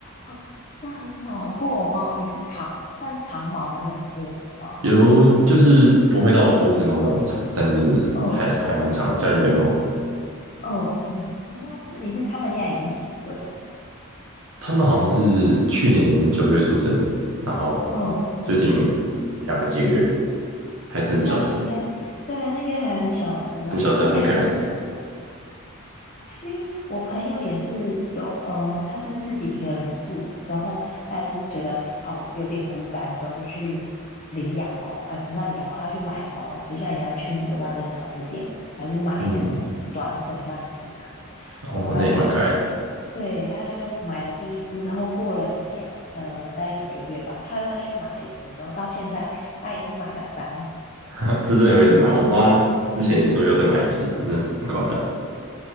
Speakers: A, on the left; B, on the right.
A: 哦那很好诶，布偶猫，你是长，算是长毛的那种布偶猫。
B: 有就是不会到波斯猫那种长，但就是还还蛮长的，
A: 嗯
B: 家里一堆猫。
A: 嗯嗯，哦，那你是他们现在已经几岁了？
B: 它们好像是去年九月出生的，然后
A: 嗯嗯，
B: 最近养了几个月，还是很小只的。
A: 那应该对啊，那应该还很小只吧？
B: 很小只啊，
A: 是应该
B: 很可爱。
A: 因为我朋友也是有，呃，他就是自己一个人住之后，他也是觉得好有点孤单，之后就去领养猫，哎，不算领养猫，他去买了猫，就像人家去那个外面宠物店买，还是买那个短腿曼彻肯，
B: 嗯，哦，
A: 之后他养，
B: 那也蛮可爱的，
A: 对，他就是买了第一只之后，过了一下，呃，大概几个月吧，他又再去买了一只，之后到现在他已经买了三只了。
B: <laughs> 这真的会一直买。我妈之前也说要再买一只，她真的很夸张。